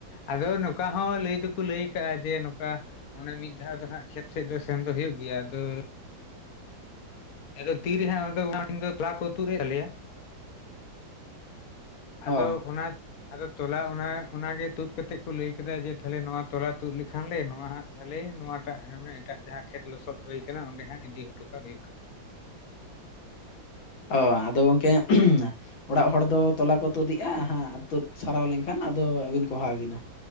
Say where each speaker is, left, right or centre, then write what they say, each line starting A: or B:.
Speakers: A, on the left; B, on the left.
A: ᱟᱫᱚ ᱱᱚᱝᱠᱟ ᱦᱚᱸ ᱞᱟᱹᱭ ᱫᱚᱠᱚ ᱞᱟᱹᱭ ᱠᱟᱜᱼᱟ ᱡᱮ ᱱᱚᱝᱠᱟ ᱚᱱᱮ ᱢᱤᱫ ᱫᱷᱟᱣ ᱫᱚ ᱦᱟᱸᱜ ᱠᱷᱮᱛ ᱥᱮᱡ ᱫᱚ ᱥᱮᱱ ᱫᱚ ᱦᱩᱭᱩᱜ ᱜᱮᱭᱟ ᱟᱫᱚ ᱟᱫᱚ ᱛᱤᱨᱮᱦᱟᱸ ᱟᱫᱚ ᱚᱱᱟᱠᱤᱱ ᱛᱚᱞᱟ ᱠᱚ ᱛᱩ ᱮ ᱛᱟᱞᱮᱭᱟ ᱟᱫᱚ
B: ᱚ
A: ᱚᱱᱟ ᱟᱫᱚ ᱛᱚᱞᱟ ᱚᱱᱟ ᱚᱱᱟᱜᱮ ᱛᱩᱫ ᱠᱟᱛᱮᱜ ᱠᱚ ᱞᱟᱹᱭ ᱠᱮᱫᱟ ᱡᱮ ᱛᱟᱦᱞᱮ ᱱᱚᱣᱟ ᱛᱚᱞᱟ ᱛᱩᱫ ᱞᱮᱠᱷᱟᱱ ᱞᱮ ᱱᱚᱣᱟ ᱦᱟᱸ ᱛᱟᱦᱚᱞᱮ ᱱᱚᱣᱟᱴᱟᱜ ᱮᱴᱟᱜ ᱡᱟᱦᱟᱸ ᱠᱷᱮᱛ ᱞᱚᱥᱚᱫ ᱦᱩ ᱟᱠᱟᱱᱟ ᱚᱸᱰᱮ ᱦᱟᱸ ᱤᱫᱤ ᱦᱚᱴᱚ ᱠᱟᱜ ᱦᱩᱭᱩᱜᱼᱟ
B: ᱚ ᱟᱫᱚ ᱜᱚᱝᱠᱮ <unintelligible> ᱚᱲᱟᱜ ᱦᱚᱲ ᱫᱚ ᱛᱚᱞᱟ ᱠᱚ ᱛᱳᱫᱮᱜᱼᱟ ᱦᱟᱸᱜ ᱛᱳᱫ ᱥᱟᱨᱟᱣ ᱞᱮᱝᱠᱷᱟᱱ ᱟᱫᱚ ᱟᱹᱵᱤᱱ ᱠᱚ ᱦᱚᱦᱚᱭᱟᱵᱤᱱᱟ